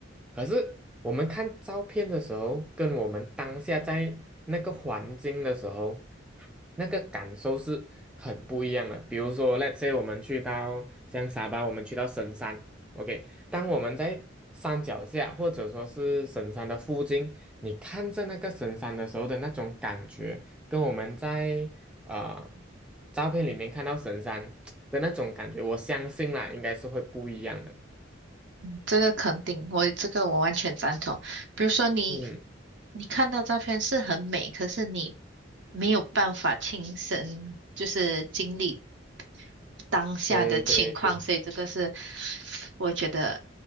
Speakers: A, in the centre; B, on the right.
A: 可是我们看照片的时候，跟我们当下在那个环境的时候，那个感受是很不一样的。比如说，let's say 我们去到像沙巴，我们去到神山，OK，当我们在山脚下或者说是神山的附近，你看着那个神山的时候的那种感觉。跟我们在啊，照片里面看到神山 <tsk> 的那种感觉，我相信啦，应该是会不一样的。
B: 这个肯定，我这个我完全赞同。比如说你。
A: 嗯，
B: 你看到照片是很美，可是你没有办法亲身就是经历当下的情况，
A: 对对对，
B: 所以这个是我觉得，